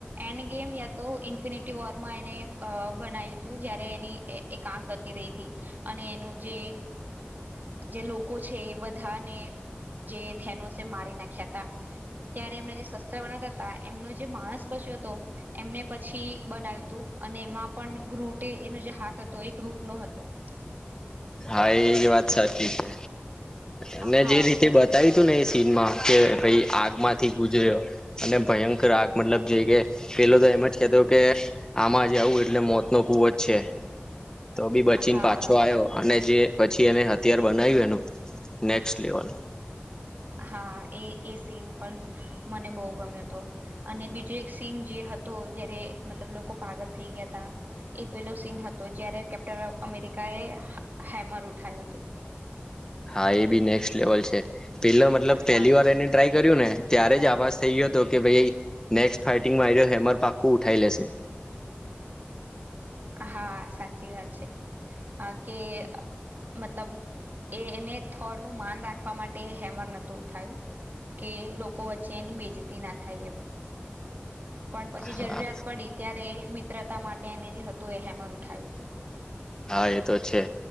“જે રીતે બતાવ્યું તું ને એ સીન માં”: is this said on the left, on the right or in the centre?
Left